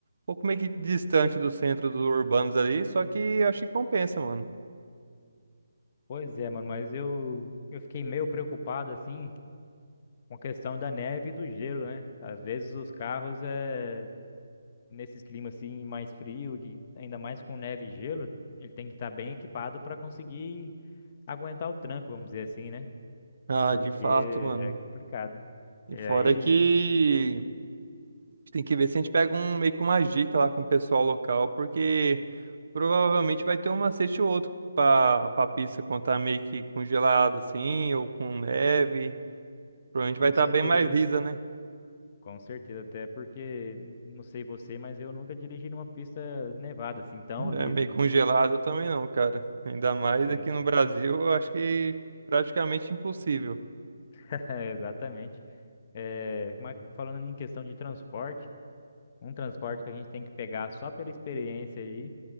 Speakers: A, on the right; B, on the left.
A: pouco meio que distante do centro dos urbanos ali, só que acho que compensa, mano.
B: Pois é, mano, mas eu, eu fiquei meio preocupado, assim, com a questão da neve e do gelo, né? Às vezes os carros, é, nesses climas, assim, mais frio, e ainda mais com neve e gelo, ele tem que estar bem equipado para conseguir aguentar o tranco, vamos dizer assim, né?
A: Ah,
B: porque
A: de fato, mano.
B: é complicado.
A: E
B: E aí,
A: fora que a gente tem que ver se a gente pega um meio que uma dica lá com o pessoal local, porque. Provavelmente vai ter um macete ou outro pra, pra pista quando tá meio que congelada assim, ou com neve. Provavelmente
B: com
A: vai estar
B: certeza,
A: bem mais lisa, né?
B: com certeza, até porque, não sei você, mas eu nunca dirigi numa pista nevada, assim, tão lisa.
A: É meio congelado também não, cara. Ainda mais
B: É,
A: aqui no Brasil, eu acho que praticamente impossível.
B: <laughs> é, exatamente. É, mas falando em questão de transporte, um transporte que a gente tem que pegar só pela experiência aí